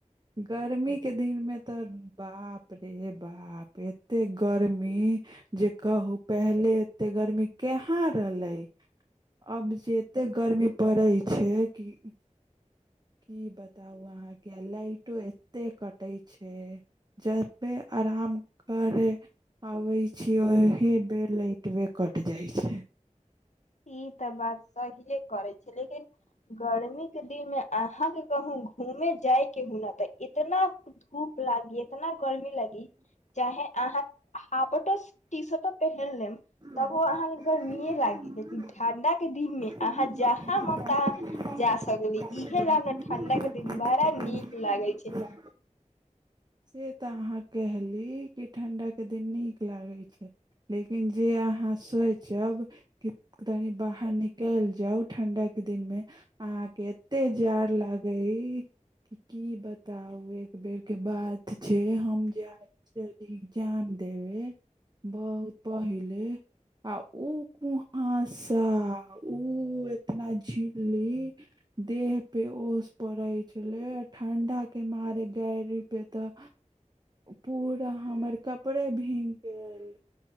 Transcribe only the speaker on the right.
गर्मी के दिन मे तऽ बाप रे बाप एतेक गर्मी। जे कहू पहिले एते गर्मी केहाँ रहलै, अब जे एतेक गर्मी पड़ै छै कि की बताउ अहाँके, आ लाइटो एत्ते कटै छै। जबे अराम करे आबै छी, ओही बे ल‌इ टबे कट जाइ छै।
छै
से
से तऽ अहाँ कैहली कि ठंडा के दिन नीक लागै छै। लेकिन जे अहाँ सोइचब की तनी बाहर निकल जाउ ठंडा के दिन मे अहाँके
एते जाड़ गै कि की बताउ एक बेर के बात छै हम जे आ गेल रही इग्जाम देबे बहुत पहिले। आ उ कुहांसा ऊ एतना झी ली देह पे ओस पड़ै छलै आ ठण्डा के मारे गायरी पे तऽ पूरा हमर कपड़े भींग गेल।